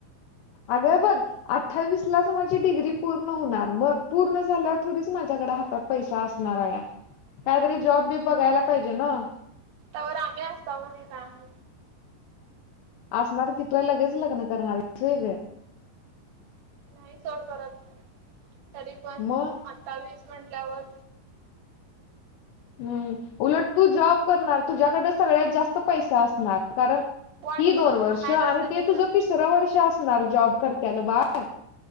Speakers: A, on the left (about 80°); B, on the right (about 50°).
A: आगं बघ. अठ्ठावीस लाच माझी डिग्री पूर्ण होणार, मग पूर्ण झाल्यावर थोडीच माझ्याकडे हातात पैसा असणार हाया, काहीतरी जॉब बीब बघायला पाहिजे न्हव.
B: त्यावर आम्ही असताव कणी सांग.
A: असणार की, तू काय लगेच लग्न करणार हायीस व्हय ग.
B: नाही सोड करत, तरी पण
A: मग
B: अठावीस म्हटल्यावर
A: हूम्म उलट तू जॉब करणार, तुझ्याकडे सगळ्यात जास्त पैसा असणार, कारण
B: वाट
A: ही
B: ब
A: दोन
B: म्हणायचं
A: वर्ष आणि
B: असते
A: ते
B: तसं
A: तुझं तिसरं वर्ष असणार जॉब करत्याला बाळ